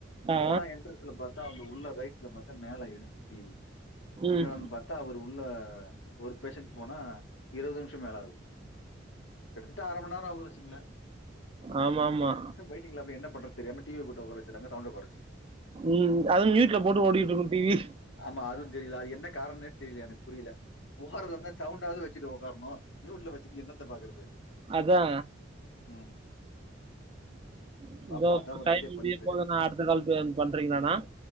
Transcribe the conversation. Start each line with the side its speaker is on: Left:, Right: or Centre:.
Right: ஆ
Left: போனா சுற்றத்துள்ளா பாத்தா அங்க உள்ள ரைட்ல பார்த்தா மேல இருக்கு டிவி என்னடான்னு
Right: ம்
Left: பாத் தா அவரு உள்ள ஒரு பேஷண்டட் போனா இருபது நிமிஷ மேல ஆகுது கிட்டத்தட்ட அர ம நேர ஆகுது வச்சுங்கள
Right: ஆமா ஆமா
Left: வெயிட்டிங்கள அப்டி என்ன பண்றதுன்னு தெரியாம டிவி போட்டு உக்கார வச்சிறாங்க சவுண்ட குறச்சு
Right: ம் அதுவும் மியூட்ல போட்டு ஓடிக்கிட்டு இருக்கும் டிவி
Left: ஆமா அதுவு தெரில அது என்ன காரணமே தெரில எனக்கு புரில போடுறதா இருந்தா சவுண்டாவுது வச்சுட்டு உக்காரணு மியூ்ட்ல வச்சுட்டு என்னத்த பாக்குறது
Right: அதா
Left: ம்
Right: <unintelligible>
Left: பார்ப்போம். அதான் ஒரு
Right: டைம்
Left: ஐடியா
Right: முடிய
Left: பண்ணிட்டு இருக்கேன்.
Right: போதுண்ணா அடுத்த கால் பண்றீங்களாண்ணா